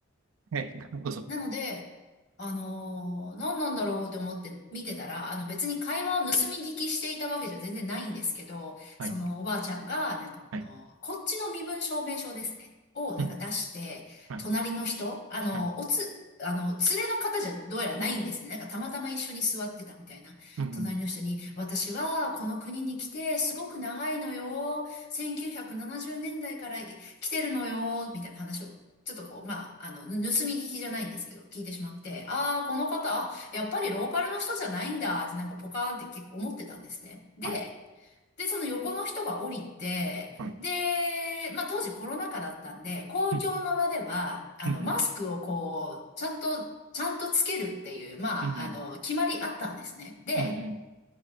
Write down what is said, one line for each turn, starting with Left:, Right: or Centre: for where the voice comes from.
Right: はい。なるほど。
Left: なので、あのー何なんだろうって思って見てたら、あの別に会話を盗み聞きしていたわけじゃ全然ないんですけど、
Right: はい。
Left: そのおばあちゃんが、なんかこの、
Right: はい。
Left: こっちの身分証明書ですね。をなんか出して、
Right: うん。はい。
Left: 隣の人、あの、
Right: はい。
Left: おつ、あの、連れの方じゃどうやらないんですね。なんかたまたま一緒に座ってたみたいな。
Right: うんうん。
Left: 隣の人に、私はこの国に来てすごく長いのよ。1970年代から来てるのよ。みたいな話をちょっとこう、まあ、あの、盗み聞きじゃないんですけど、聞いてしまって、ああ、この方、あやっぱりローカルの人じゃないんだってなんかポカーンって結構思ってたんですね。で、
Right: はい。
Left: で、その横の人が降りて、
Right: はい。
Left: で、まあ、当時コロナ禍だったんで、公共の場では、
Right: うん
Left: あの、
Right: うん。
Left: マスクをこう、ちゃんと、ちゃんとつけるっていう、まあ、
Right: うんうん。
Left: あの、決まりあったんですね。で、
Right: うんうん。